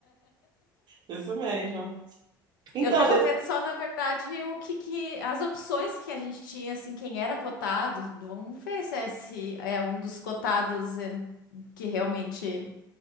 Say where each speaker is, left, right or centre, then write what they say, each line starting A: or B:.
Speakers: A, on the right; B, on the left.
A: Isso mesmo. Então,
B: Eu tava
A: de-
B: vendo só, na verdade, o que que, as opções que a gente tinha, assim, quem era cotado. Vamos ver se é, se é um dos cotados em- que realmente